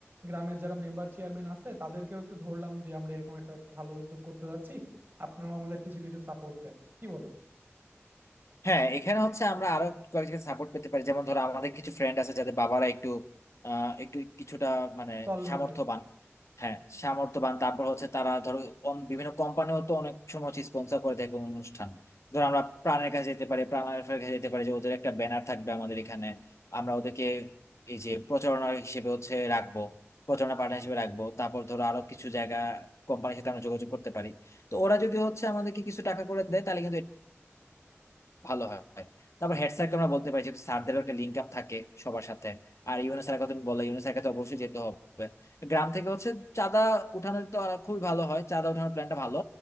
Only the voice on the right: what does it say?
গ্রামের যারা মেম্বার চেয়ারম্যান আছে তাদেরকেও একটু ধরলাম যে আমরা এরকম একটা ভালো উদ্যোগ করতে যাচ্ছি আপনারাও আমাদের কিছু কিছু সাপোর্ট দেন কি বলো
সলভেন্ট